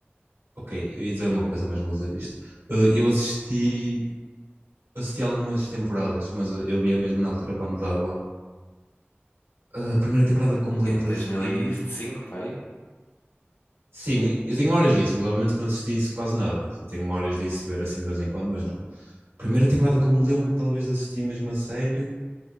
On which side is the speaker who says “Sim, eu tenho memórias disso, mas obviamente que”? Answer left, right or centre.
Right